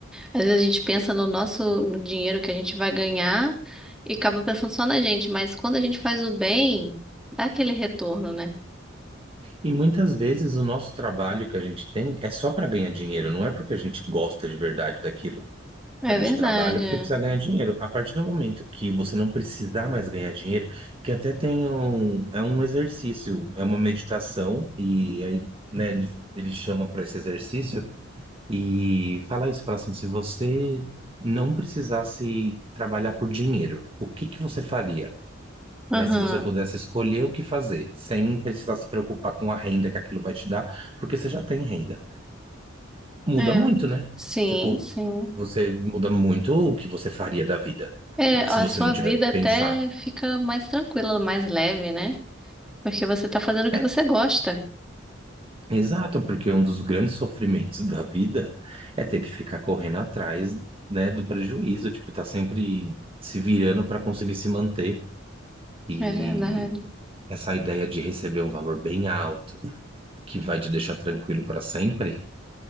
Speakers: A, in the centre; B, on the right.
A: Às vezes a gente pensa no nosso, no dinheiro que a gente vai ganhar e acaba pensando só na gente, mas quando a gente faz o bem, dá aquele retorno, né?
B: E muitas vezes o nosso trabalho que a gente tem é só para ganhar dinheiro, não é porque a gente gosta de verdade daquilo.
A: É
B: A gente
A: verdade.
B: trabalha porque
A: é.
B: precisa ganhar dinheiro. A partir do momento que você não precisar mais ganhar dinheiro, que até tem um, é um exercício, é uma meditação, e aí, né, ele, ele chama para esse exercício e fala isso, fala assim, se você não precisasse trabalhar por dinheiro, o que que você faria?
A: Aham.
B: né? Se você pudesse escolher o que fazer, sem precisar se preocupar com a renda que aquilo vai te dar, porque você já tem renda. Muda
A: É.
B: muito, né?
A: Sim,
B: Tipo,
A: sim.
B: você muda muito o que você faria da vida,
A: É,
B: ah, se
A: a
B: você
A: sua
B: não tiver
A: vida
B: que
A: até
B: pensar.
A: fica mais tranquila, mais leve, né? Porque você tá fazendo o que
B: É,
A: você gosta.
B: exato, porque um dos grandes sofrimentos da vida é ter que ficar correndo atrás, né, do prejuízo, tipo, tá sempre se virando para conseguir se manter. E
A: É verdade.
B: essa ideia de receber um valor bem alto, que vai te deixar tranquilo para sempre,